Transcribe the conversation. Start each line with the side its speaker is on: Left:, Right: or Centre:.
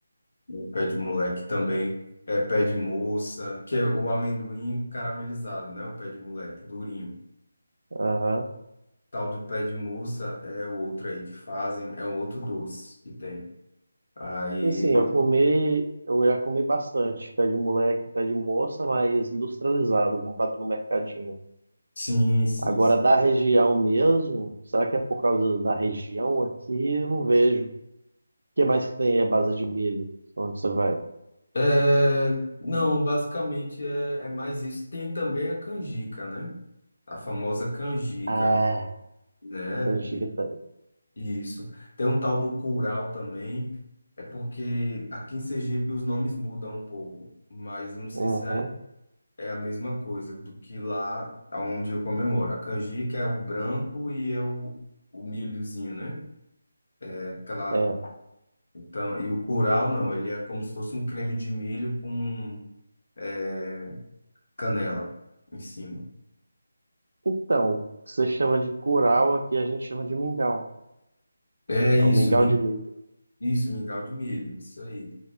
Left: né, Pé de moleque também. É pé de moça, que é o amendoim caramelizado, né? O pé de moleque, durinho.
Right: Aham.
Left: Tal do pé de moça é outro aí que fazem, é um outro doce que tem. Aí,
Right: Sim, sim, eu comi, eu já comi bastante. Pé de moleque, pé de moça, mas industrializado, comprado no mercadinho.
Left: sim, sim.
Right: Agora,
Left: sim.
Right: da região mesmo, será que é por causa da região aqui? Eu não vejo. O que mais que tem aí à base de milho? Onde você vai?
Left: É, não, basicamente é, é mais isso. Tem também a canjica, né? A famosa canjica,
Right: Ah,
Left: né?
Right: canjica tem.
Left: Isso. Tem um tal do curau também. É porque aqui em Sergipe os nomes mudam um pouco, mas eu não sei
Right: Uhum.
Left: se aí é a mesma coisa do que lá onde eu comemoro. A canjica é o branco e é o, o milhozinho, né? É aquela,
Right: É.
Left: então, e o curau não, ele é como se fosse um creme de milho com é, canela em cima.
Right: Então, o que você chama de curau, aqui a gente chama de mingau.
Left: É
Right: É
Left: isso,
Right: o mingau de milho.
Left: Isso, mingau de milho, isso aí.